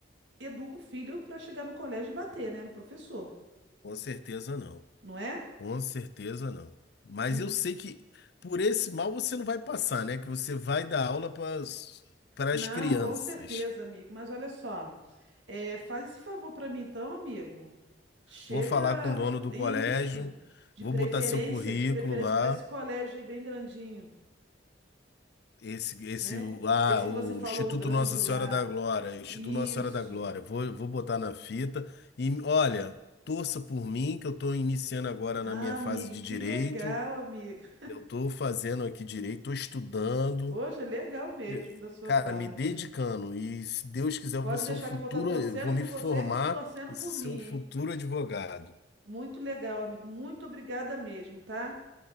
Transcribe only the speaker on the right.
educa o filho para chegar no colégio e bater, né, no professor,
não é?
En-
Não,
com certeza, amigo. Mas olha só. É, faz esse favor pra mim então, amigo. Chega
isso,
de
preferência,
de preferência
para esse colégio aí bem grandinho,
né?
Esse que
você falou,
o grande
lá.
Isso.
Ah,
amigo,
que
legal, amiga.
Hoje é legal mesmo
da sua
parte.
Pode
deixar
que eu vou estar torcendo
por
você e você torcendo
por
mim,
hein?
Muito legal, amigo. Muito obrigada mesmo, tá?